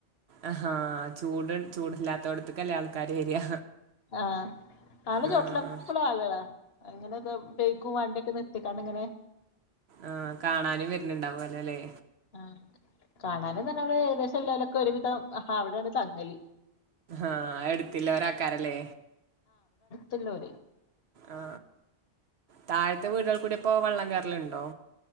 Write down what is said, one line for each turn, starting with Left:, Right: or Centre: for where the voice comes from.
Right: അഹാ ചൂട് ചൂടില്ലാത്തോട്ത്ത്ക്കല്ലേ ആൾക്കാര് വരിക
Left: ആ <unintelligible> ചോട്ടിലെപ്പളും
Right: ആഹ്
Left: ആള്കളാ. അങ്ങനേക്ക പേക്കും വണ്ടിയൊക്കെ നിർത്തിക്കാണങ്ങനെ.
Right: ആ കാണാനും വരണണ്ടാവുല്ലോല്ലേ
Left: ആ കാണാന് തന്നെ അവിടെ ഏകദേശം എല്ലേലൊക്കെ ഒരുവിധം ആഹ് അവിടെയാണ് തങ്ങല്.
Right: ആ എട്ത്തില്ല ഒരാക്കാരല്ലേ
Left: ചെല്ലൂര്
Right: ആ താഴത്തെ വീടുകൾ കൂടിയപ്പോ വള്ളം കേറലുണ്ടോ